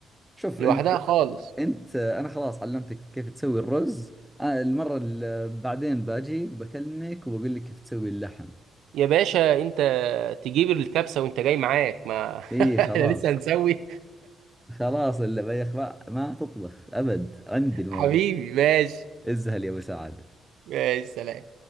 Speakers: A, in the centre; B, on the right.
A: شوف
B: لوحدها
A: انت
B: خالص
A: انت آه، انا خلاص علمتك كيف تسوي الرز آه، المرة اللي بعدين باجي بكلمك وبقول لك كيف تسوي اللحم
B: يا باشا انت تجيب الكبسه وانت جاي معاك ما <laughs>
A: اي
B: احنا
A: خلاص
B: لسه هنسوي
A: خلاص اللي بيخ ما ما تطبخ ابد عندي الموضوع
B: حبيبي ماشي
A: ازهل يا ابو سعد
B: ماشي سلام